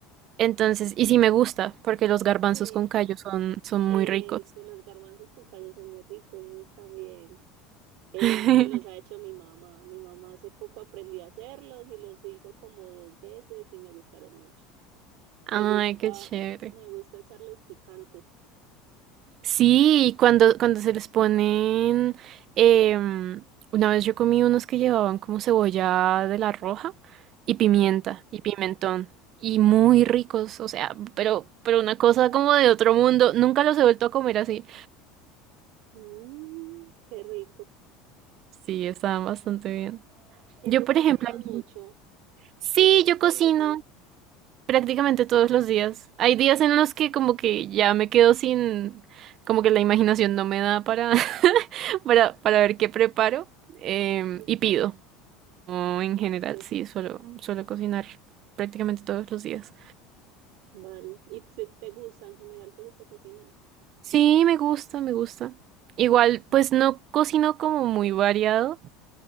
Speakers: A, on the right; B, on the right.
A: entonces, y sí me gusta, porque los garbanzos
B: Sí.
A: con callo son, son muy
B: Eso,
A: ricos.
B: los garbanzos con callo son muy ricos, esos también. Él
A: <laughs>
B: me los ha hecho mi mamá. Mi mamá hace poco aprendió a hacerlos y los hizo como dos veces y me gustaron mucho.
A: Ay,
B: Me gusta,
A: qué chévere.
B: me gusta echarles picante.
A: Sí, y cuando, cuando se les ponen, em, una vez yo comí unos que llevaban como cebolla de la roja y pimienta y pimentón y muy ricos, o sea, pero, pero una cosa como de otro mundo, nunca los he vuelto a comer así.
B: Mm, qué rico.
A: Sí, estaban bastante bien.
B: ¿Y
A: Yo,
B: tú
A: por
B: cocinas
A: ejemplo, a mí-
B: mucho?
A: sí,
B: ¿Cocinas
A: yo
B: todos
A: cocino,
B: los días?
A: Prácticamente todos los días. Hay días en los que como que ya me quedo sin, como que la imaginación no me da para, <laughs> para, para ver qué preparo em,
B: Ujú,
A: y pido. O en
B: Ok,
A: general, sí, suelo, suelo cocinar prácticamente todos los días.
B: vale. ¿Y te, te gusta, en general te gusta cocinar?
A: Sí, me gusta, me gusta. Igual, pues no cocino como muy variado.